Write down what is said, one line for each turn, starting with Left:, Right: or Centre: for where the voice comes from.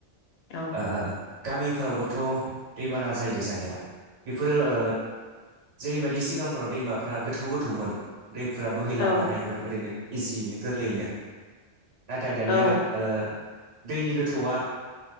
Left: औ
Right: ओ ओ गामिफोरावबोथ' दैबाना जायो जानाया बेफोरो ओ जेरैबायदि सिगांफोराव दैमाफ्रा गोथौ गोथौमोन दैफोरा बोहैलांनो
Left: औ
Right: हायोमोन ओरैनो इजियैनो गोरलैयैनो नाथाया दानिया
Left: औ
Right: ओ दैनि गोथौआ